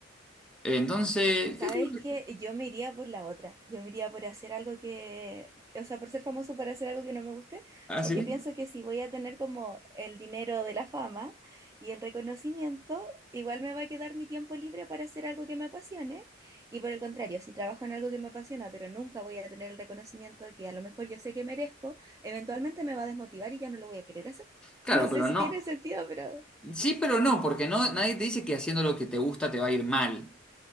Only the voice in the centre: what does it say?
Entonces,
yo creo
que...
¿Ah, sí?
Claro,
pero
no.
Sí, pero no, porque no, nadie te dice que haciendo lo que te gusta te va a ir mal.